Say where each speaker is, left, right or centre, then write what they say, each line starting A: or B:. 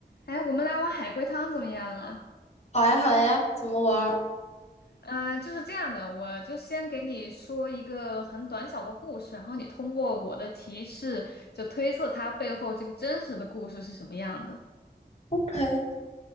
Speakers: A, on the left; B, on the left.
A: 哎，我们来碗海龟汤怎么样啊？
B: 好呀，好呀，怎么玩儿？
A: 嗯、就是这样的，我就先给你说一个很短小的故事，然后你通过我的提示，就推测它背后这个真实的故事是什么样的。
B: 嘿